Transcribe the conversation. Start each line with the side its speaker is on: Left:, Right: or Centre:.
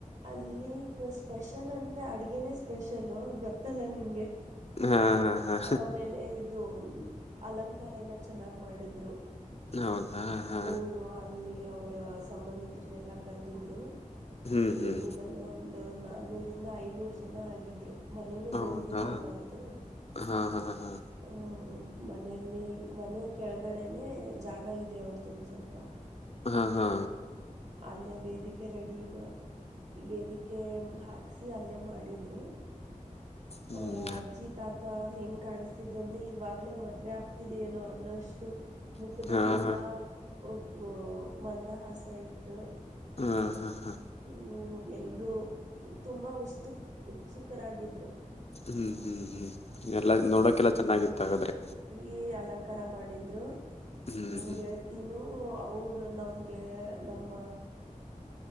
Right: ಅಲ್ಲಿಗ ಸ್ಪೆಷಲ್ ಅಂದ್ರೆ ಅಡ್ಗೆನೆೇ ಸ್ಪೆಷಲ್ಲು ಗೊತ್ತಲ್ಲ ನಿನ್ಗೆ
Left: ಹಾ ಹಾ ಹಾ
Right: ಆಮೇಲೆ ಇದು ಅಲಂಕಾರ ಎಲ್ಲ ಚೆನ್ನಾಗ್ ಮಾಡಿದ್ರು.
Left: ಹೌದಾ ಹಾ
Right: ಊರು ಅಲ್ಲಿ ಅವರ ಸಂಬಂಧಿಕರನ್ನೆಲ್ಲಾ ಕರೆದಿದ್ರು
Left: ಹ್ಮ್ ಹ್ಮ್
Right: ಏನಿಲ್ಲ ಒಂದು ಒಂದು ನಾನ್ನೂರಿಂದ ಐನೂರು ಜನ ಆಗಿದ್ರು ಮನೇನೂ
Left: ಹೌದಾ
Right: ದೊಡ್ಡ್ದಿದ್ಯಲ್ಲ ಅವ್ರದೂ
Left: ಹಾ ಹಾ ಹಾ
Right: ಹ ಮನೇಲಿ ಮನೆ ಕೆಳಗಡೆನೆೇ ಜಾಗ ಇದೆ ಅವ್ರ್ದೊಂದ ಸ್ವಲ್ಪ
Left: ಹಾ ಹಾ
Right: ಅಲ್ಲೇ ವೇದಿಕೆ ರೆಡಿಯಿದೆ. ವೇದಿಕೆ ಹಾಕ್ಸಿ ಅಲ್ಲೇ ಮಾಡಿದ್ರು
Left: ಹ್ಮ್
Right: ಅವರ ಅಜ್ಜಿ ತಾತ್ ತ ಹೆಂಗ್ ಕಾಣಿಸ್ತಿದ್ರಂತೆ ಇವಾಗಲೇ ಮದ್ವೆ ಆಗ್ತಿದೆ ಏನೋ ಅನ್ನೋಷ್ಟ ಇ ಮುಖದಲ್ಲೆಲ್ಲಾ
Left: ಹಾ ಹಾ
Right: ಊ ಮಂದ ಹಾಸ ಇತ್ತು.
Left: ಹಾ ಹಾ ಹಾ
Right: ಹ ಎಲ್ಲರೂ ತುಂಬಾ ಉಸ್ತು ಉತ್ಸುಕರಾಗಿದ್ರು.
Left: ಹ್ಮ್ ಹ್ಮ್ ಹ್ಮ್ ಎಲ್ಲಾ ನೋಡೋಕೆಲ್ಲ ಚೆನ್ನಾಗಿತ್ತು ಹಾಗಾದ್ರೆ.
Right: ಈ ಅಲಂಕಾರ ಮಾಡಿದ್ರು
Left: ಹ್ಮ್
Right: ನನ್ಗೆ
Left: ಹ್ಮ್
Right: ತ್ತಿನೂ ಅವರು ನಮಗೆ ಯ ನಮ್ಮ